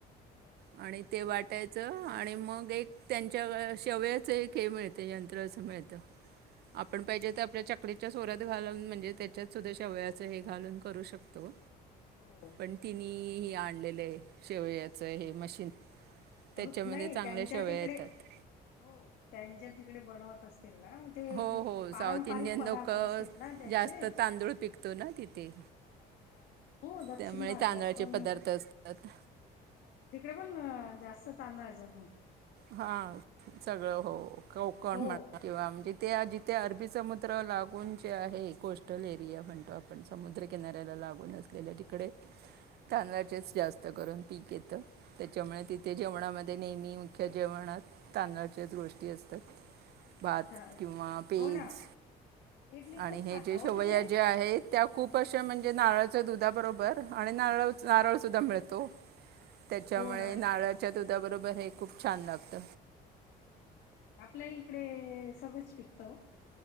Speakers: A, on the left; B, on the right.
A: अच्छा अच्छा
B: आणि
A: हा
B: ते वाट यच आणि मग एक त्यांच्याक शेवयाचं एक हे मिळत यंत्र मिळत. आपण
A: अच्छा
B: पाहिजे
A: हा
B: तर, आपल्या चकली च्या सोर्यात घालून म्हणजे त्याच्यात सुद्धा शेवयाच हे घालून करू शकतो.
A: हो.
B: पण तिनी हे आणलेलं आहे. शेवयाचं हे मशीन. त्याच्यामध्ये
A: होत नाही.
B: चांगल्या
A: त्यांच्या
B: शेवया
A: तिकडे,
B: येतात
A: हो त्यांच्या तिकडे बनवत असतील ना ते
B: हो हो
A: पारंपरिक
B: साऊथ इंडियन
A: पदार्थ
B: लोक
A: असतील ना त्यांचे.
B: जास्त तांदूळ पिकतो ना तिथे
A: अच्छा! हो दक्षिण
B: त्यामुळे
A: भारतात
B: तांदळाचे
A: पण
B: पदार्थ असतात
A: अं, तिकडे पण जास्त तांदळाच्या
B: हा, सगळं हो कोकण
A: हो.
B: म्हण किंवा म्हणजे ते जिथे अरबी समुद्र लागून जे आहे. कोस्टल एरिया म्हणतो आपण. पण, समुद्र
A: हम्म
B: किनाऱ्याला
A: हम्म
B: लागून असलेल्या तिकडे तांदळाच
A: हम्म.
B: जात त करून पीक येत. त्याच्यामुळे तिथे जेवणामध्ये नेहमी अख्ख्या जेवणात तांदळच्याच गोष्टी असतात. भात
A: अच्छा
B: किंवा पेज
A: हो ना इडली
B: आणि
A: खूप
B: हे
A: खाता
B: जे
A: हो
B: शेवया
A: तिकडे
B: जे आहेत. त्या खूप अशा म्हणजे नारळाच्या दुधा बरोबर आणि नारळच नारळ सुद्धा मिळतो. त्याच्यामुळे
A: हो ना.
B: नारळाच्या दुधाबरोबर हे खूप छान लागत.
A: आपल्या इकडे सगळंच पिकतं ओ.